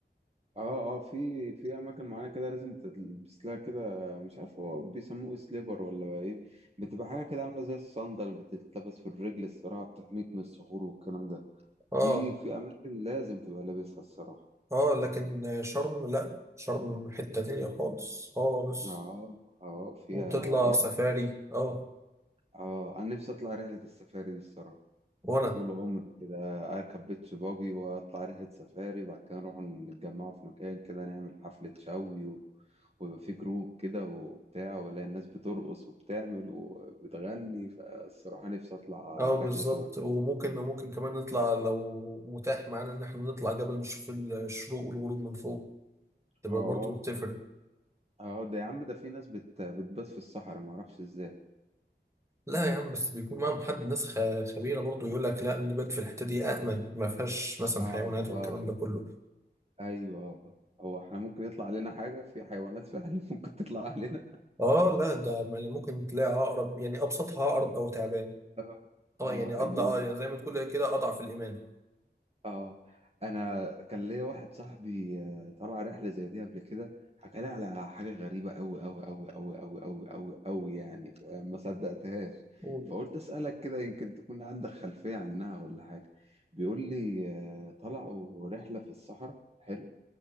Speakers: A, on the right (about 35°); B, on the right (about 15°).
A: اه اه في في اماكن معينه كده لازم تلبس لها كده مش عارف هو بيسموه سليبر ولا بقى ايه بتبقى حاجه كده عامله زي الصندل بتتلبس في الرجل الصراحه بتحميك من الصخور والكلام ده
B: آه
A: دي في اماكن لازم تبقى لابسها الصراحه
B: آه لكن شرم لأ شرم حتة تانية خالص خالص
A: اه اه فيها
B: وتطلع
A: رحت
B: سفاري آه
A: اه انا نفسي اطلع رحله السفاري دي الصراحه
B: وأنا
A: طول عمري كده أركب بيتش باجي وأطلع رحلة سفاري بعد كده نروح نتجمعوا في مكان كده نعمل حفلة شوي و... ويبقى في جروب كده وبتاع ولا الناس بترقص وبتعمل وبتغني فالصراحة نفسي أطلع
B: آه
A: رحلة
B: بالظبط
A: شبه
B: وممكن
A: كده
B: ممكن كمان نطلع لو متاح معانا إن إحنا نطلع جبل نشوف الشروق والغروب من فوق تبقى
A: اه
B: برضه بتفرق
A: اه ده يا عم ده في ناس بت... بتبات في الصحراء معرفش ازاي
B: لا يا عم بس بيكون معاهم حد ناس خ- خبيره برضه يقول لك لا نبات في الحته دي امن ما فيهاش مثلا
A: اه
B: حيوانات والكلام
A: اه
B: ده كله
A: ايوه هو احنا ممكن يطلع علينا حاجة في حيوانات فعلا <laughs> ممكن تطلع علينا
B: اه لا ده م- ممكن تلاقي عقرب يعني ابسطها عقرب او تعبان
A: اه
B: اه
A: اه
B: يعني اضع
A: ايوه
B: اه يعني زي ما تقول كده اضعف الايمان
A: اه انا كان ليا واحد صاحبي آه، طلع رحله زي دي قبل كده حكى لي على حاجه غريبه قوي قوي قوي قوي قوي قوي قوي قوي يعني ف- ما صدقتهاش
B: قول.
A: فقلت اسالك كده يمكن تكون عندك خلفيه عنها ولا حاجه بيقول لي آه، طلعوا رحله في الصحراء حلو